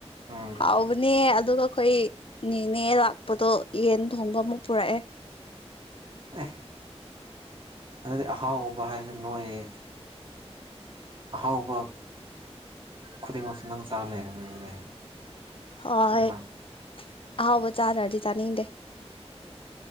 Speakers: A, on the right (about 50°); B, on the left (about 55°).
A: ꯎꯝ
B: ꯍꯥꯎꯕꯅꯦ ꯑꯗꯨꯒ ꯑꯩꯈꯣꯏ ꯅꯦꯅꯦ ꯂꯥꯛꯄꯗꯣ ꯌꯦꯟ ꯊꯣꯡꯕ ꯑꯃꯨꯛ ꯄꯨꯔꯛꯑꯦ
A: ꯑꯦ ꯑꯗꯨꯗꯤ ꯑꯍꯥꯎꯕ ꯍꯥꯏꯕꯁꯦ ꯅꯣꯏꯌꯦ ꯑꯍꯥꯎꯕ ꯈꯨꯗꯤꯡꯃꯛꯁꯦ ꯅꯪ ꯆꯥꯔ ꯂꯩꯔꯦꯅꯦ ꯑꯗꯨꯗꯤ
B: ꯍꯣꯏ
A: ꯅꯠꯇ꯭ꯔꯥ
B: ꯑꯍꯥꯎꯕ ꯆꯥꯗ꯭ꯔꯥꯗꯤ ꯆꯥꯅꯤꯡꯗꯦ